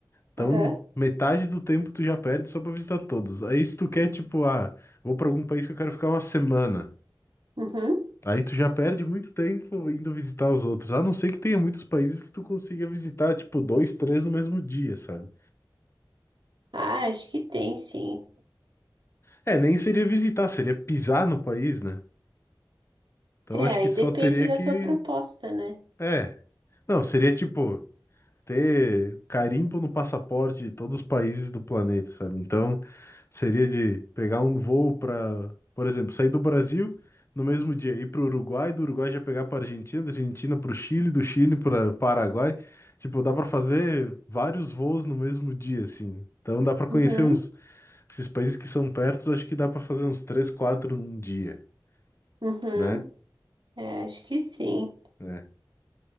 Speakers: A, on the left; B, on the right.
A: Então,
B: Aham.
A: metade do tempo tu já perde só pra visitar todos. Aí, se tu quer, tipo, ah, vou pra algum país que eu quero ficar uma semana.
B: Uhum.
A: Aí tu já perde muito tempo indo visitar os outros. A não ser que tenha muitos países que tu consiga visitar, tipo, dois, três no mesmo dia, sabe?
B: Ah, acho que tem sim.
A: É, nem seria visitar, seria pisar no país, né? Então,
B: É,
A: acho
B: aí
A: que só
B: depende
A: teria
B: da
A: que.
B: tua proposta, né?
A: É. Não, seria tipo. ter carimbo no passaporte de todos os países do planeta, sabe? Então, seria de pegar um voo para, por exemplo, sair do Brasil no mesmo dia, ir para o Uruguai, do Uruguai já pegar para Argentina, da Argentina para o Chile, do Chile para Paraguai. Tipo, dá para fazer vários voos no mesmo dia, assim. Então, dá para conhecer
B: Uhum.
A: uns esses países que são perto, acho que dá para fazer uns três, quatro num dia,
B: Uhum.
A: né?
B: É, acho que sim.
A: É.